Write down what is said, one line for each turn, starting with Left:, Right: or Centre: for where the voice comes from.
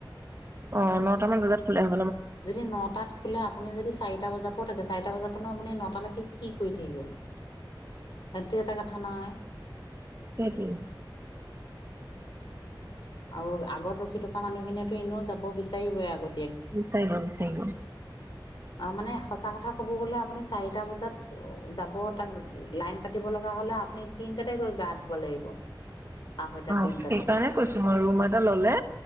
Right: অ নটামান বজাত খোলো হয়
Left: যদি নটাত খোলে আপুনি যদি চাৰিটা বজাত। থাকে চাৰিটা বজাৰ পনো আপুনি নটালৈকে কি কৰি থাকিব। <inaudible> থানাই।
Right: <inaudible>
Left: আৰু আগত ৰখি থকা মানুহখিনিয়ে টো এনেও যাব বিচাৰিবই আগত।
Right: বিচাৰিব বিচাৰিব
Left: আৰু মানে সঁচা কথা কব গলে আপুনি চাৰিটা বজাত যাব তাত লাইন পাতিব লগা হলে আপুনি তিনটাতে গৈ গা ধুব লাগিব। আঢ়ৈটা
Right: অ।
Left: তিনটাতে
Right: সেইকাৰণে কৈছো মই ৰুম এটা ললে